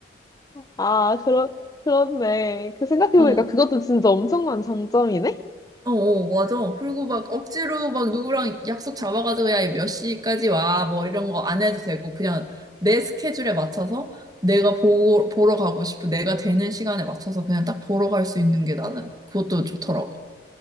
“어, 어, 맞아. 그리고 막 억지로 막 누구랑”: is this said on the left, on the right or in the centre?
Right